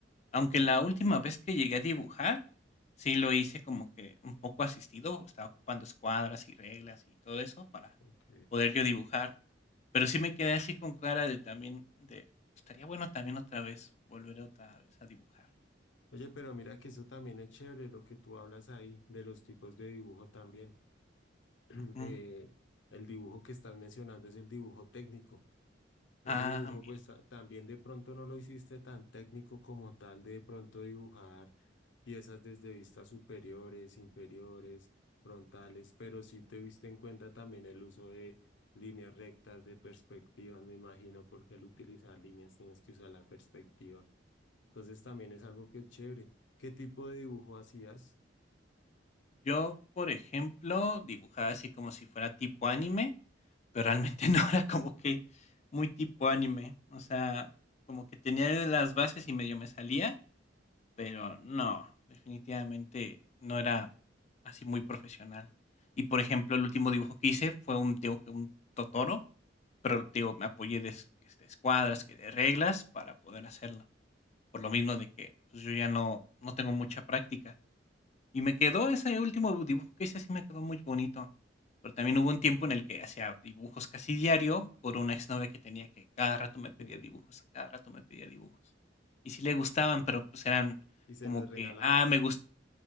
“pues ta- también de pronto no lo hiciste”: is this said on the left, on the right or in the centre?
Left